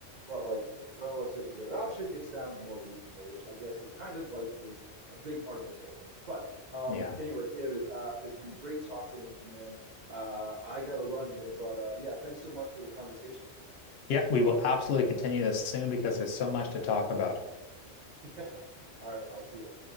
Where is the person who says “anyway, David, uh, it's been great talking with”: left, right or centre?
Right